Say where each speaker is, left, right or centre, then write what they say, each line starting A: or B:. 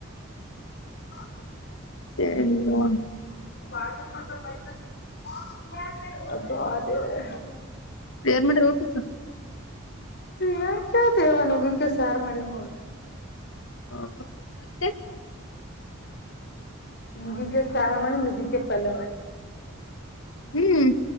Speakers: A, on the left; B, on the left.
A: <inaudible>
B: ಮತ್ತೇನ್ಲ್ವಾ
A: <unintelligible> ಅಪ್ಪ ದೇವರೇ
B: ಏನ್ ಮಾಡಿರಿ ಊಟಕ್ಕ
A: ಏನ್ ಕೇಳ್ತಿಯವ ನುಗ್ಗಿ ಕಾಯಿ ಸಾರು ಮಾಡಿ ನೋಡು
B: ಹಾ ಮತ್ತೆ
A: ನುಗ್ಗೆಕಾಯಿಸಾರ ಮಾಡಿ ನುಗ್ಗೆಕಾಯಿ ಪಲ್ಯ ಮಾಡಿ
B: ಹ್ಮ್